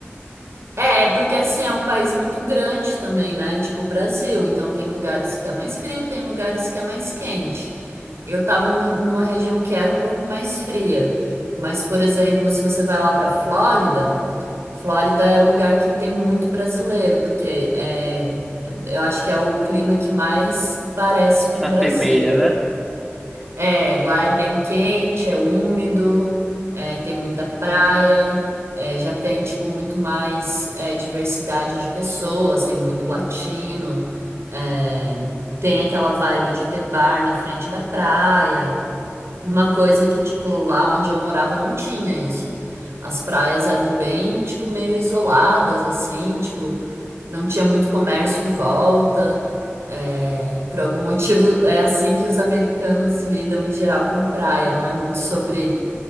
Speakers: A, on the right; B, in the centre.
A: É, porque assim é um país muito grande também, né? Tipo o Brasil. Então tem lugares que é mais frio, tem lugares que é mais quente. Eu tava no- numa região que era um pouco mais fria. Mas, por exemplo, se você vai lá pra Flórida, Flórida é o lugar que tem muito brasileiro, porque é, eu acho que é o clima que mais parece com
B: Se
A: o
B: assemelha,
A: Brasil.
B: né?
A: É, lá é bem quente, é úmido, é, tem muita praia, é, já tem, tipo, muito mais é, diversidade de pessoas, tem muito latino, é, tem aquela vibe de ter bar na frente da praia. Uma coisa que, tipo, lá onde eu morava não tinha isso. As praias eram bem, tipo, meio isoladas, assim, tipo, não tinha muito comércio em volta. é, por algum motivo, <laughs> é assim que os americanos lidam em geral com praia. Não é muito sobre,